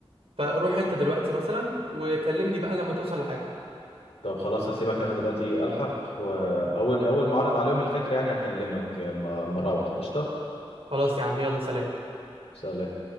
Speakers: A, on the right; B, on the left.
A: فروح انت دلوقتي مثلا وكلمني بقى لما توصل لحاجه
B: طب خلاص هسيبك انا دلوقتي ايه الحق واول اول ما اعرض عليهم الفكره يعني اكلمك آه، ما ما اروح قشطه
A: خلاص يا عم يلا سلام
B: سلام